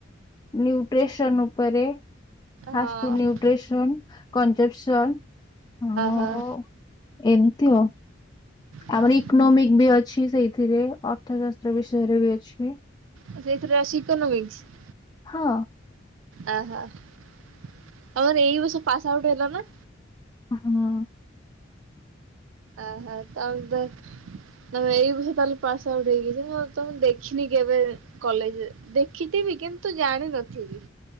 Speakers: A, on the left; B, on the right.
A: ନ୍ୟୁଟ୍ରିସନ ଉପରେ ଫାଷ୍ଟଫୁଡ
B: ହଁ
A: ନ୍ୟୁଟ୍ରିସନ, କଂଜେପସନ୍ ହଉ
B: ହଁ
A: ଏମତି ଆଉ
B: ହଁ
A: ଆମର ଇକୋନୋମିକ ବି ଅଛି ସେଇଥିରେ ଅର୍ଥଶାସ୍ତ୍ର ବିଷୟରେ ବି ଅଛି।
B: ଓ ସେଇଥିରେ ଅଛି ଇକୋନୋମିକ୍ସ?
A: ହଁ।
B: ଓହୋ ତମର ଏଇ ବର୍ଷ ପାସ୍ ଆଉଟ୍ ହେଲା ନା?
A: ହୁଁ
B: ଅହ ତମ ଦ ତମେ ଏଇ ବର୍ଷ ତାହେଲେ ପାଶ ଆଉଟ ହେଇକି ଯେ ମୁଁ ଆଉ ତମକୁ ଦେଖିନି କେବେ। କଲେଜରେ, ଦେଖିଥିବି କିନ୍ତୁ ଜାଣିନଥିବି।